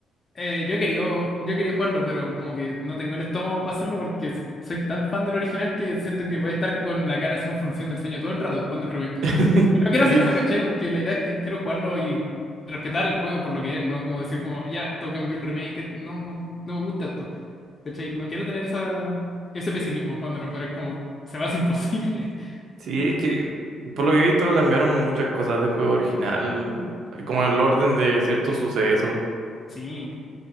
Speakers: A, on the left (about 30°); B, on the right (about 70°).
A: Eh, yo he querido, yo he querido jugarlo, pero como que no tengo el estómago para hacerlo porque s- soy tan fan del original que siento que voy a estar con la cara así con función del ceño todo el rato jugando el remake.
B: <laughs>
A: Y no quiero
B: Sí,
A: hacer eso, ¿cachai? Porque la idea es que quiero jugarlo y respetar el juego por lo que es, ¿no? Como decir como, ya, esto cambió el remake, et- no, no me gusta esto, ¿cachai? No quiero tener esa, ese pesimismo jugándolo, pero es como, se me hace imposible. <laughs>
B: sí, es que por lo que he visto cambiaron muchas cosas del juego original, eh, como el orden de ciertos sucesos.
A: Sí.